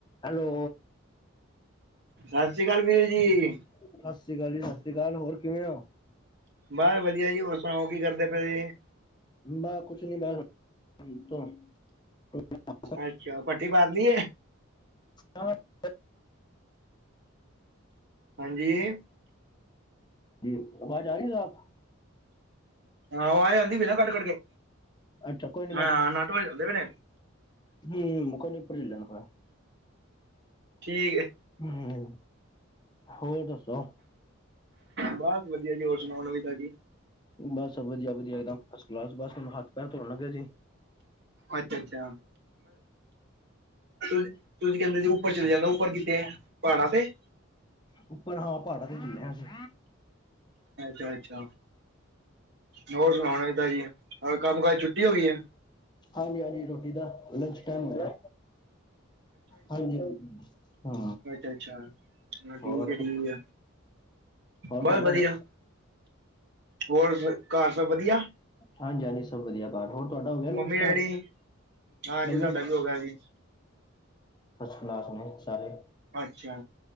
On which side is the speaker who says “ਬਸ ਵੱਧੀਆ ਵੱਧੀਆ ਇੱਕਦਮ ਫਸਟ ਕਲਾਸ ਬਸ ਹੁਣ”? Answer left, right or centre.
Left